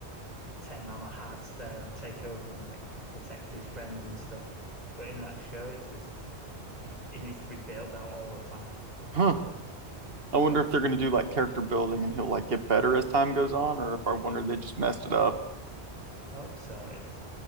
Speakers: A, on the right (about 35°); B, on the right (about 60°).
A: turn on a hard stare and take over and like protect his friends and stuff. But in that show it's just he needs to be bailed out all the time.
B: Huh. I wonder
A: But
B: if they're gonna do like character building and he'll like get better as time goes on, or if I wonder they just messed it up.
A: I hope so. It's